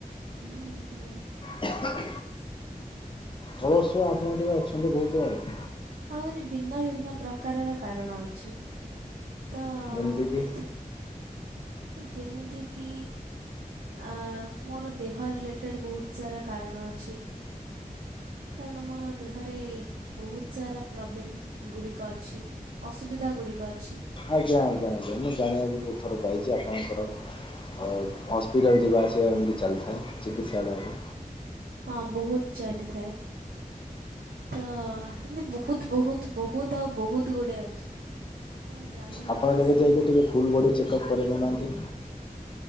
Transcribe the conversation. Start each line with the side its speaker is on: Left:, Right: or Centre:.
Right: ହୁଁ ହୁଁ
Left: ହ
Right: ହ
Left: କଳସୁ ଆପଣ ଟିକେ ଅଛନ୍ତି ବହୁତ ଭାଇ
Right: ଆହୁରି ଭିନ୍ନ ଭିନ୍ନ ପ୍ରକାରର କାରଣ ଅଛି ତ
Left: ଏମତି କି?
Right: ଏତେ ଯେମିତିକି ଆ ମୋର ଦେହ ରିଲେଟେଡ଼୍ ବହୁତ ସାରା କାରଣ ଅଛି କାରଣ ମୋର ଦେହରେ ବହୁତ ସାରା ପ୍ରୋବ୍ଲେମ୍ ଗୁଡ଼ିକ ଅଛି ଅସୁବିଧା ଗୁଡ଼ିକ ଅଛି
Left: ଆଜ୍ଞା ଆଜ୍ଞା ଆଜ୍ଞା ମୁଁ ଜାଣିବାକୁ ବହୁତ ଥର ପାଇଛି ଆପଣଙ୍କର ଆଉ ହସ୍ପିଟଲ ଯେ ବାଛିତି ଚଲଥାଏ ଚିକିତ୍ସାଳୟରେ
Right: ହଁ ବହୁତ ଚାଲିଥାଏ ତ ଏମତି ବହୁତ ବହୁତ ବହୁତ ଆଉ ବହୁତ ଗୁଡ଼ଏ ଅଛି ଆପଣ ଜାଣିକି
Left: ଆପଣ କେବେ
Right: ଶୁଣିି
Left: ଯାଇକି ଟିକେ ଫୁଲ୍ ବଡ଼ି ଚେକଅପ୍ କରିଦଉନାହାନ୍ତି